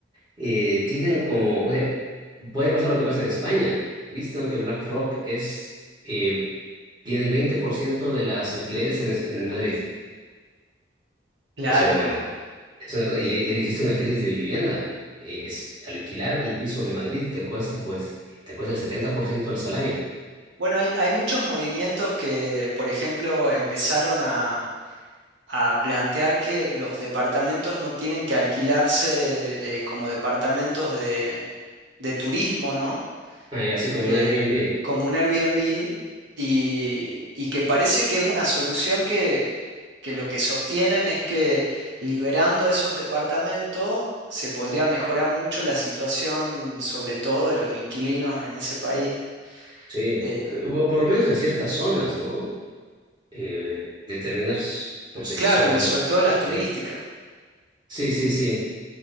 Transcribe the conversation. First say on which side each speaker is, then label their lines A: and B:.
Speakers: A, on the right; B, on the right.
A: eh, tienen como, o sea, puede pasar lo que pasa en España, visto que BlackRock es, eh, tiene el 20% de las alquileres en, es- en Madrid.
B: Claro.
A: Es una, Es una cosa- y ahí existe una crisis de vivienda. Eh, es alquilar un piso en Madrid te cuesta, pues, te cuesta el 70% del salario.
B: Bueno, hay, hay muchos movimientos que, por ejemplo, empezaron a, a plantear que los departamentos no tienen que alquilarse eh, como departamentos de, de turismo, ¿no?
A: Ah, y así como
B: eh,
A: un Airbnb.
B: como un Airbnb y, y que parece que es una solución que, que lo que sostienen es que liberando esos departamentos se podría mejorar mucho la situación, sobre todo de los inquilinos en ese país.
A: Sí.
B: Eh,
A: O por lo menos en ciertas zonas, ¿no? Eh, determinar, no sé,
B: claro,
A: zonas
B: le- sobre
A: donde...
B: todo las turísticas.
A: eh, sí, sí, sí.